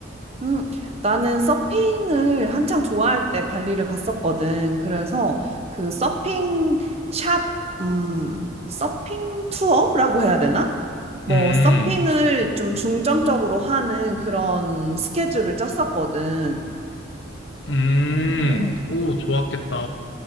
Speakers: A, on the right; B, on the left.
A: 음, 나는 서핑을 한창 좋아할 때 발리를 갔었거든. 그래서 그 서핑 샵, 음, 서핑 투어라고 해야 되나? 뭐,
B: 음,
A: 서핑을 좀 중점적으로 하는 그런 스케줄을 짰었거든.
B: 음,
A: 근데
B: 오, 좋았겠다.